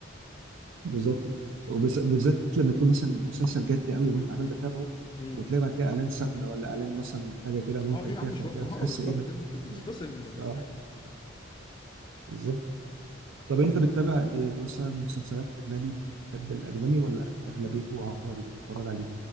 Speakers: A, on the right (about 85°); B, on the left (about 25°).
A: بالظبط وبز- وبالذات لما يكون مثلا مسلسل جد قوي وانت عمال بتابعه
B: امم
A: وتلاقي بقى كده اعلان سمنه ولا اعلان مثلا حاجه كده منتج
B: اه ايه
A: تافه
B: يا عم مش وقته
A: كده بتحس
B: هو بالظبط
A: ايه ده
B: كده أنت بتتفصل من
A: اه
B: الحاجة
A: بالظبط طب انت بتتابع ايه مثلا مسلسلات اجنبي بتحب الاجنبي ولا اغلبيته عربي بتتفرج عليه